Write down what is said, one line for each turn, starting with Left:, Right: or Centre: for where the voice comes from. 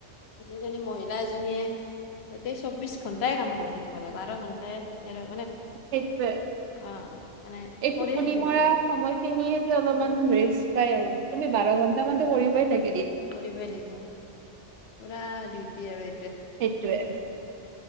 Left: সেইজনী মহিলা এজনীয়ে গতে চৌব্বিছ ঘণ্টাই কাম কৰি থাকিবানে বাৰ ঘণ্টাই তেৰ মানে
Right: সেইটোৱয়ে
Left: অ মানে
Right: এই
Left: কৰিয়ে
Right: টোপনি
Left: থাকিব
Right: মৰা
Left: লাগিব
Right: সময়খিনিয়ে অলপমান ৰেষ্ট পাই আৰু তুমি বাৰ ঘন্টা মানো কৰিবই থাকিব
Left: কৰিবই লাগিব পুৰা ডিউটি আৰু
Right: সেইটোৱে